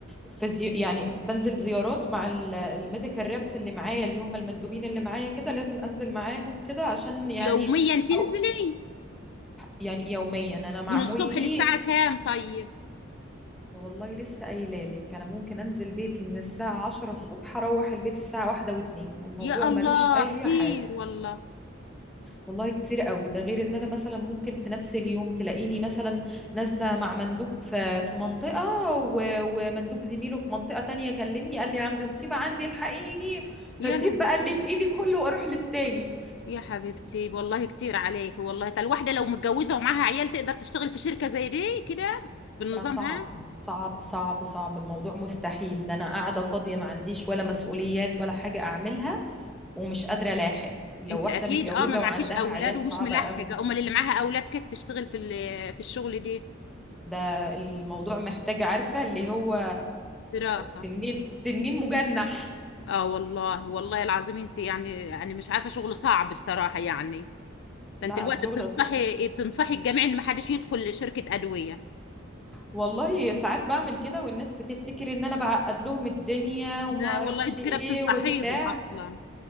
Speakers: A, in the centre; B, on the left.
A: فيزيو يعني بنزل زيارات مع ال- الميديكال ريبس اللي معايا اللي هم المندوبين اللي معايا كده لازم انزل معاهم كده عشان يعني
B: يوميا تنزلي
A: او يعني يوميا انا معمول
B: من الصبح
A: لي
B: للساعة كام طيب
A: والله لسه قايله لك انا ممكن انزل بيتي من الساعه 10 الصبح اروح البيت الساعه 1 و2 الموضوع
B: يا
A: ملوش
B: الله
A: اي
B: كتير
A: حاجه
B: والله
A: والله كتير قوي ده غير ان انا مثلا ممكن في نفس اليوم تلاقيني مثلا نازله مع مندوب في في منطقه و- ومندوب زميله في منطقه تانية كلمني قال لي عندي مصيبه عندي الحقيني فسيب
B: يا لا
A: بقى اللي في ايدي كله واروح للتاني
B: يا حبيبتي والله كتير عليك والله تا الواحدة لو متجوزة ومعاها عيال تقدر تشتغل في شركة زي دي كده بالنظام
A: ده صعب
B: ها
A: صعب صعب صعب الموضوع مستحيل ده انا قاعده فاضيه ما عنديش ولا مسؤوليات ولا حاجه اعملها ومش قادره الاحق لو
B: انت
A: واحده
B: اكيد
A: متجوزه
B: اه ما معكيش
A: وعندها
B: اولاد
A: عيال
B: ومش
A: صعبه
B: ملحقة
A: قوي
B: امال اللي معاها اولاد كيف تشتغل في ال- في الشغل دي
A: ده الموضوع محتاج عارفة اللي هو
B: دراسة
A: تنين تنين مجنح
B: اه والله والله العظيم انت يعني يعني مش عارفة شغل صعب الصراحة يعني ده
A: لا
B: انت الوقت
A: الشغل
B: بتنصحي بتنصحي الجميع ان ما حدش يدخل شركة ادوية
A: والله ساعات بعمل كده والناس بتفتكر ان انا بعقد لهم الدنيا وما
B: لا
A: اعرفش
B: والله انت
A: ايه
B: كده بتنصحيهم
A: وبتاع
B: اصلا